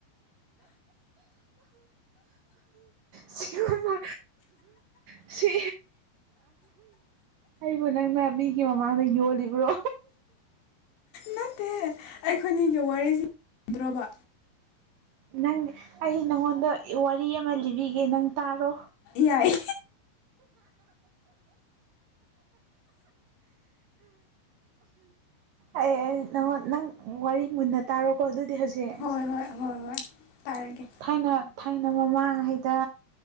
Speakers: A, on the right (about 75°); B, on the left (about 85°).
A: ꯁꯤꯒꯨꯝꯕ ꯁꯤ ꯑꯩꯕꯨ ꯅꯪꯅ ꯃꯤꯒꯤ ꯃꯃꯥꯡꯗ ꯌꯣꯜꯂꯤꯕ꯭ꯔꯣ?
B: ꯅꯠꯇꯦ ꯑꯩꯈꯣꯏꯅꯤꯒꯤ ꯋꯥꯔꯤꯁꯤ ꯗ꯭ꯔꯕ
A: ꯅꯪ ꯑꯩ ꯅꯪꯉꯣꯟꯗ ꯋꯥꯔꯤ ꯑꯃ ꯂꯤꯕꯤꯒꯦ ꯅꯪ ꯇꯥꯔꯣ꯫
B: ꯌꯥꯏ
A: ꯑꯩ ꯅ ꯅꯪ ꯋꯥꯔꯤ ꯃꯨꯟꯅ ꯇꯥꯔꯣꯀꯣ ꯑꯗꯨ ꯍꯧꯖꯤꯛ
B: ꯍꯣꯏ ꯍꯣꯏ ꯍꯣꯏ ꯍꯣꯏ ꯇꯥꯔꯒꯦ
A: ꯊꯥꯏꯅ ꯑꯩꯅ ꯃꯃꯥꯡꯉꯩꯗ